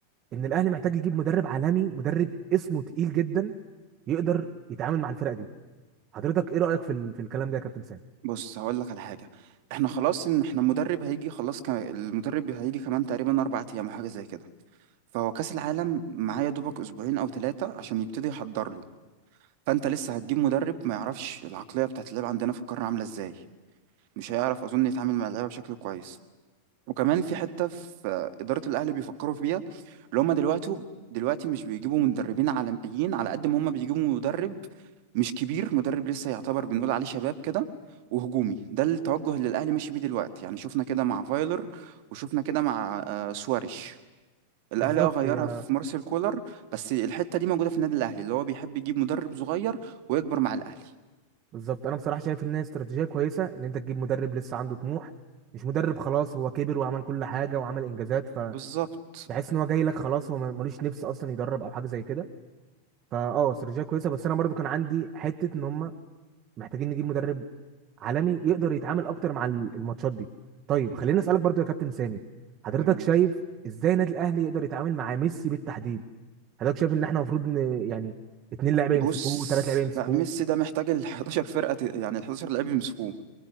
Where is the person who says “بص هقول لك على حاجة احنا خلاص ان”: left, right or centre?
Right